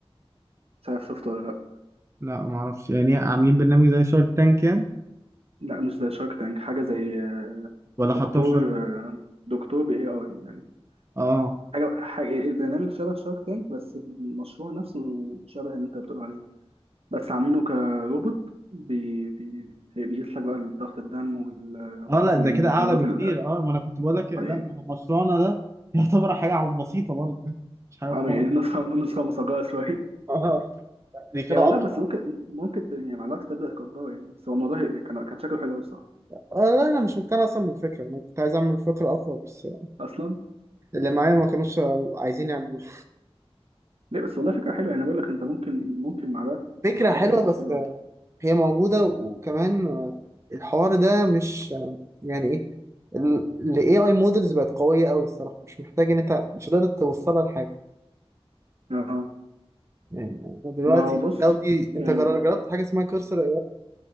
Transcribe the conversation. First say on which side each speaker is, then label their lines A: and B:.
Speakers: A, on the right; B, on the right.
A: مش عارف شفته ولا لأ
B: لا ما اعرفش يعني عاملين برنامج زي شارك تانك يعني
A: لأ مش زي شارك تانك حاجة زي آه،
B: ولا
A: دكتور
B: حطوها في شارك تانك
A: آه، دكتور ب AI يعني
B: اه
A: حاجة حاجة البرنامج شبه شارك تانك بس المشروع نفسه شبه اللي أنت بتقول عليه بس عاملينه كروبوت بي بي بيقيس لك بقى ضغط الدم وال-
B: اه لا
A: والضمادات
B: ده كده اعلى بكتير
A: ال-
B: اه ما انا كنت بقول لك لا
A: آه، يعني
B: ما هو مشروعنا ده يعتبر حاجه عم بسيطه برضه يعني، مش حاجه
A: آه،
B: خالص
A: يعني النسخة النسخة مصغرة شوية
B: اه دي كده
A: يعني
B: اقوى
A: والله بس ممكن ممكن ت- يعني مع الوقت تبدا تكبره يعني بس هو الموضوع هي- كان كان شكله حلو أوي الصراحه
B: آه لا انا مش مقتنع اصلا بالفكره انا كنت عايز اعمل فكره اقوى بس
A: اصلا
B: اللي معايا ما كانوش عايزين يعملوها
A: ليه بس والله فكره حلوه يعني بقول لك انت ممكن ممكن مع الوقت
B: <laughs> فكره
A: تظبطها
B: حلوه
A: تبقى
B: بس
A: حلوه
B: هي موجوده وكمان الحوار ده مش يعني ايه ال AI مودلز بقت قويه قوي الصراحه مش محتاج ان انت مش قادر توصلها لحاجه
A: اه
B: يعني أنت دلوقتي
A: ما هو بص
B: لو دي
A: يعني
B: انت جر- جربت حاجه اسمها كورسر